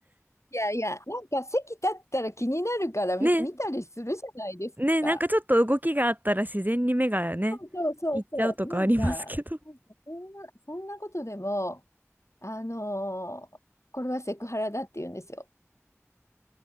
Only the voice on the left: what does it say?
いやいやなんか席立ったら気になるから見、
見たりするじゃないですか。
そうそうそうそう。
なんか、
なんかそんな、そんなことでも、あのーこれはセクハラだって言うんですよ。